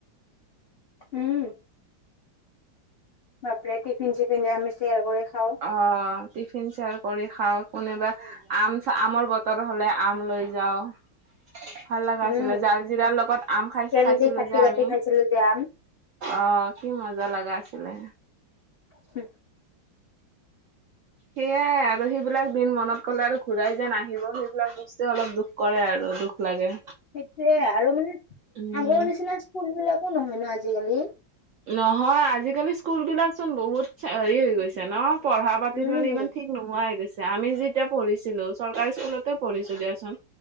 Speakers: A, on the left; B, on the right.
A: উম, বাপৰে টিফিন চিফিন যে আমি শেয়াৰ কৰি খাওঁ।
B: অ টিফিন শেয়াৰ কৰি খাওঁ কোনোবা আম আমৰ বতৰ হলে আম লৈ যাওঁ। ভাল লগা
A: উম,
B: আছিলে জাল জিৰাৰ লগত আম খাই
A: তেল
B: খাইছিলো
A: দি কাটি
B: যে
A: কাটি
B: আমি
A: খাইছিলোঁ যে আম
B: অ কি মজা লগা আছিলে।
A: হু
B: সেয়াই আৰু সেইবিলাক দিন মনত ক'লে আৰু ঘূৰাই যেন নাহিব সেইবিলাক বস্তুৱে অলপ দুখ কৰে আৰু দুখ। লাগে
A: সেইটোয়ে আৰু মানে
B: উম।
A: আগৰ নিচিনা স্কুল বিলাকো নহয় ন আজিকালি।
B: নহয় আজিকালি স্কুল বিলাক চোন বহুত হেৰি হৈ গৈছে ন পঢ়া পাতিত
A: উম,
B: মানে ইমান ঠিক নোহোৱাই হৈ গৈছে আমি যেতিয়া পঢ়িছিলো চৰকাৰী স্কুলতে পঢ়িছো দিয়াচোন।